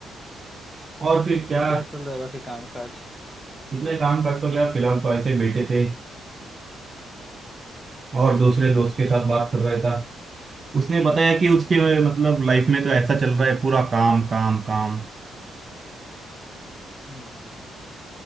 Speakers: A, on the right; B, in the centre.
A: और फिर क्या
B: क्या चल रहा है बाकी काम काज
A: इतने काम करते हो क्या फिलहाल तो ऐसे बैठे थे और दूसरे दोस्त के साथ बात कर रहा था उसने बताया कि उसके मतलब लाइफ में तो ऐसा चल रहा है पूरा काम काम काम
B: हम्म हम्म।